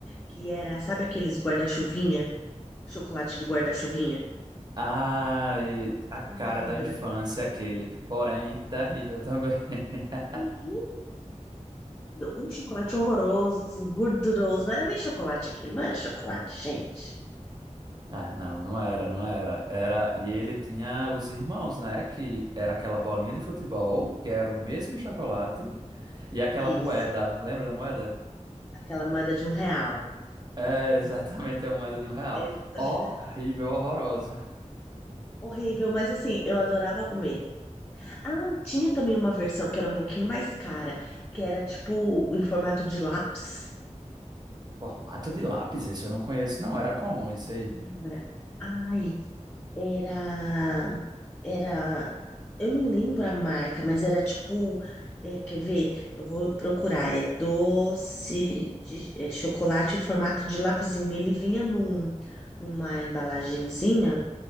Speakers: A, on the left; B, on the right.
A: Que era, sabe aqueles guarda-chuvinha? Chocolate de guarda-chuvinha.
B: Ai, a
A: Você
B: cara
A: lembra?
B: da infância, aquele, porém, terrível também. <laughs>
A: Terrível. Um chocolate horroroso, gorduroso. Não era nem chocolate aquilo, não era chocolate, gente.
B: Ah, não, não era, não era. Era, e ele tinha os irmãos, né? Que era aquela bolinha de futebol, que era o mesmo chocolate, e aquela
A: Isso.
B: moeda. Lembra da moeda?
A: Aquela moeda de um real.
B: Era <laughs> exatamente a moeda de um real.
A: Exato.
B: Horrível, horrorosa.
A: Horrível, mas assim, eu adorava comer. Ah, tinha também uma versão que era um pouquinho mais cara, que era tipo em formato de lápis.
B: Formato de lápis, isso eu não conheço, não. Era comum isso aí.
A: Lembra? Ai, era. Era. Eu não lembro a marca, mas era tipo. é, quer ver? Eu vou procurar. É doce de é, chocolate em formato de lapisinho. Ele vinha num, numa embalagenzinha,